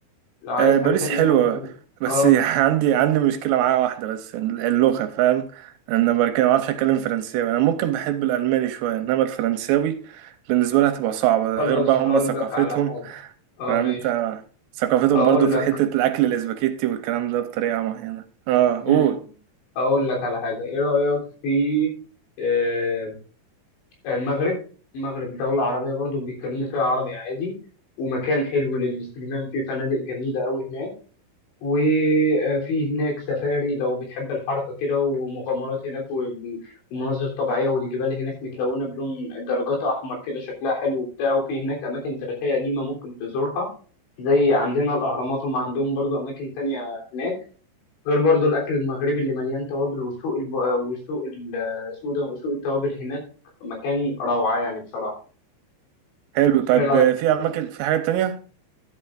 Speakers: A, on the left; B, on the right.
A: لو عايز
B: آه،
A: حاجه
B: باريس
A: تانية
B: حلوة
A: ممكن
B: بس
A: اه
B: <laughs> عندي عندي مشكلة معاها واحدة بس اللغة فاهم أنا بركة ما بعرفش أتكلم فرنساوي أنا ممكن بحب الألماني شوية إنما الفرنساوي بالنسبة لها تبقى صعبة
A: خلاص
B: ده غير بقى هما
A: اقول
B: ثقافتهم
A: لك على حاجه اه
B: فاهم
A: ماشي
B: أنت ثقافتهم
A: اقول
B: برضو في
A: لك
B: حتة الأكل الإسباجيتي والكلام ده بطريقة معينة أه أوه
A: مم. اقول لك على حاجه ايه رايك في آه، المغرب المغرب دوله عربيه برضو بيتكلموا فيها عربي عادي ومكان حلو للاستجمام فيه فنادق جميله قوي هناك وفي هناك سفاري لو بتحب الحركه كده ومغامرات هناك وال- ومناظر طبيعيه والجبال هناك متلونه بلون درجات احمر كده شكلها حلو وبتاع وفي هناك اماكن تاريخيه قديمه ممكن تزورها زي عندنا الأهرامات هم عندهم برضو أماكن تانية هناك غير برضو الأكل المغربي اللي مليان توابل وسوق الب... وسوق ال... اسمه ده وسوق التوابل هناك مكان روعة يعني بصراحة
B: حلو طب
A: إيه رأيك؟
B: آه، في أماكن في حاجات تانية؟